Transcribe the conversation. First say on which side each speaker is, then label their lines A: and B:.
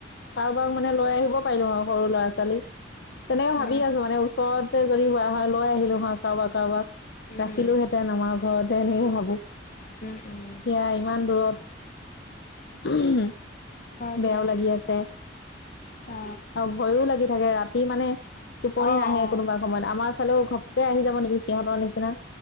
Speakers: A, on the left; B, on the left.
A: কাৰোবাক মানে, লৈ আহিব পাৰিলো হয় সৰু ল'ৰা-ছোৱালী। তেনেকে ভাবি
B: অ
A: আছো মানে, ওচৰতে যদি হোৱা হয়, লৈ আহিলো হয় কাৰোবাক, কাৰোবাক
B: উম
A: ৰাখিলোহেঁতেন আমাৰ ঘৰটে এনেকে ভাবোঁ। এতিয়া
B: উম উম
A: ইমান দূৰত উদমহ্
B: হয়
A: বেয়াও
B: দিয়া
A: লাগি আছে।
B: অ
A: আৰু ভয়ো লাগি থাকে ৰাতি মানে, টোপনি
B: অ
A: নাহে
B: অ
A: কোনোবা সময়ত আমাৰ ফালেও ঘপকে আহি যাব নেকি সিহঁতৰ নিচিনা?